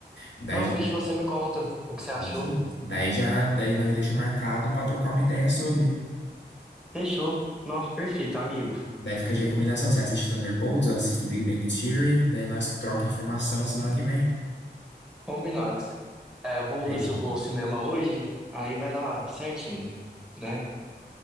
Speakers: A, on the left; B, in the centre.
A: Daí,
B: Não,
A: já-
B: fechou, você me conta o que você achou.
A: é isso, daí já, daí nós já deixa marcado pra trocar uma ideia sobre.
B: Fechou. Nossa, perfeito, amigo.
A: Daí fica de recomendação. Você assiste Thunderbolts, eu assisto Big Bang Theory. Daí nós troca informação semana que vem.
B: Combinado. É, eu vou
A: Feito.
B: ver se eu vou ao cinema hoje, aí vai dar certinho, né?